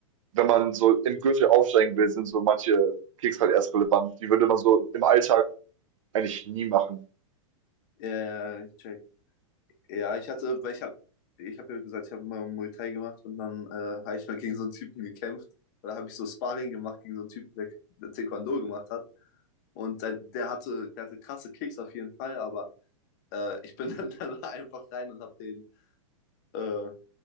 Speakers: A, on the right; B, on the left.
A: wenn man so im Gürtel aufsteigen will, sind so manche Kicks halt erst relevant. Die würde man so im Alltag eigentlich nie machen.
B: ja, ja, ja, ich check. Ja, ich hatte, weil ich habe, ich habe ja gesagt, ich habe mal Muay Thai gemacht und dann äh, habe ich mal gegen so einen Typen gekämpft. Da habe ich so Sparring gemacht gegen so einen Typen, der, der Taekwondo gemacht hat. Und der, der hatte, der hatte krasse Kicks auf jeden Fall, aber äh, ich bin <laughs> dann, dann einfach rein und habe den äh,